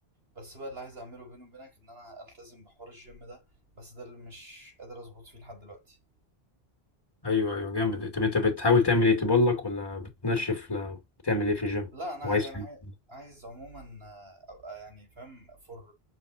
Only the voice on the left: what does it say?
ايوه ايوه جامد طب انت بتحاول تعمل ايه تبلك ولا بتنشف ولا بتعمل ايه في الجيم
وعايز
تعمل
إيه؟